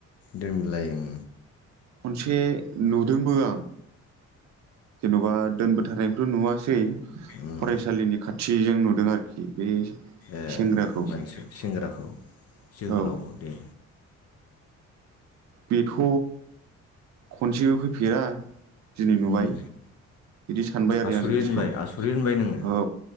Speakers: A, on the left; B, on the right.
A: दोनलाय उम
B: खनसे नुदोंबो आं। जेनबा दोनबोथारनायखौथ' नुवासै।
A: उम
B: फरायसालिनि खाथिजों नुदों आरोखि बे
A: ए
B: सेंग्राखौ औ।
A: मानसि सेंग्राखौ जोहोलावखौ दे
B: बेथ' खनसेबो फैफेरा। दिनै नुबाय।
A: उम
B: बिदि सानबाय आरो
A: आसुरि
B: आंनि गोसोआव
A: होनबाय आसुरि होनबाय नोङो
B: औ।